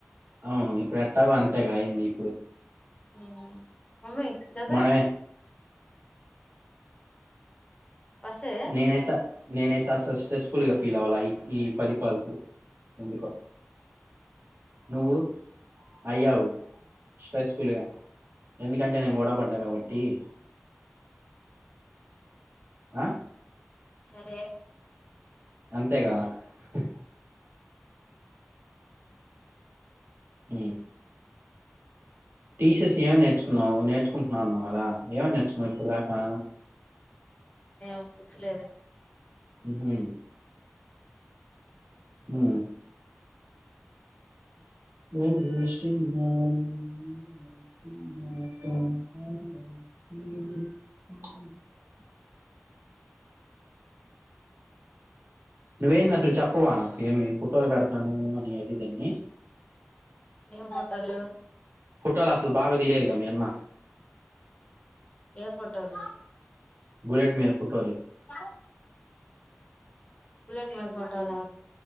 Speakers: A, on the right; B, on the left.
A: అవును ఇప్పుడు ఎట్టాగో అంతేగాయింది ఇప్పుడు.
B: ఊ ఒమే దగా
A: మనమే
B: బస్సే
A: నేనెత నేనైతే అసలు స్ట్రెస్సులేస్గా ఫీల్ అవ్వాల ఇ ఈ పది కాల్స్ ఎందుకో నువ్వు అయ్యావు స్ట్రెస్సుఫుల్గా ఎందుకంటే నేను గొడవ పడ్డా కాబట్టి డి ఆ
B: సరే
A: అంతేగా హ ఊ టీసస్ యా నేర్చున్నావు నేర్చ కుంటున్నా అన్నావు కదా ఏమై నేర్చుకున్నావు ఇప్పుడుదాకా.
B: ఏమో గుర్తులేదు
A: ఉహు హు ఊహు <unintelligible> నువ్వు ఏంది అసలు చెప్పవా నాకేమి ఫోటోలు పెడతావా అటి గానీ
B: ఏం ఫోటోలు
A: ఫోటోలు అసలు బాగా తీయ్యలేదుగా మీ అన్న
B: ఏం ఫోటోలు
A: బులేట్ మీద ఫోటోలు
B: ఆ బులెట్ మీద ఫోటోలా